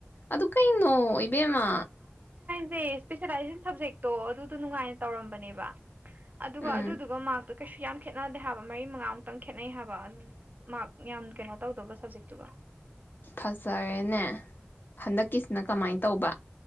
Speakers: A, on the left (about 50°); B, on the right (about 40°).
A: ꯑꯗꯨ ꯀꯩꯅꯣ ꯏꯕꯦꯝꯃ
B: ꯁꯦ ꯏꯁꯄꯦꯁꯦꯂꯥꯏꯖꯟ ꯁꯕꯖꯦꯛꯇꯣ ꯑꯗꯨꯗꯣ ꯅꯨꯡꯉꯥꯏꯅ ꯇꯧꯔꯝꯕꯅꯦꯕ ꯑꯗꯨꯒ
A: ꯎꯝ
B: ꯑꯗꯨꯗꯨꯒ ꯃꯥꯔꯛꯇꯨ ꯀꯩꯁꯨ ꯌꯥꯝ ꯈꯦꯠꯅꯗꯦ ꯍꯥꯏꯕ ꯃꯔꯤ ꯃꯉꯥꯃꯨꯛꯇꯪ ꯈꯦꯠꯅꯩ ꯍꯥꯏꯕ ꯃꯥꯔꯛ ꯌꯥꯝ ꯀꯩꯅꯣ ꯇꯧꯗꯧꯕ ꯁꯞꯖꯦꯛꯇꯨꯔꯣ
A: ꯐꯖꯔꯦꯅꯦ ꯍꯟꯗꯛꯀꯤꯁꯤꯅ ꯀꯃꯥꯏꯅ ꯇꯧꯕ